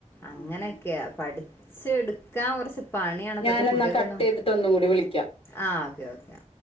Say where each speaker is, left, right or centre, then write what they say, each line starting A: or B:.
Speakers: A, on the left; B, on the left.
A: അങ്ങനെ
B: ആഹ്
A: പഠിച്ച് എടുക്കാൻ കുറച്ച് പണിയാണ്പ്പത്തെ
B: ഞാനെന്നാ
A: കുട്യോക്കൊന്നും
B: കട്ട് ചെയ്തിട്ട് ഒന്നും കൂടി വിളിക്കാം
A: ആ ഓക്കെ ഓക്കെ